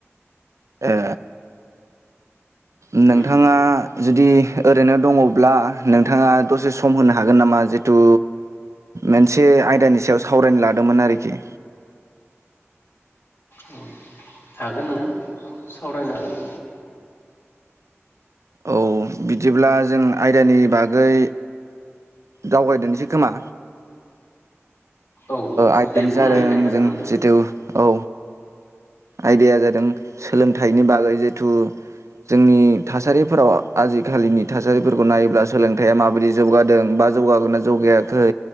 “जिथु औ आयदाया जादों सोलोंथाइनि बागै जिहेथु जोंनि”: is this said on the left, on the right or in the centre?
Right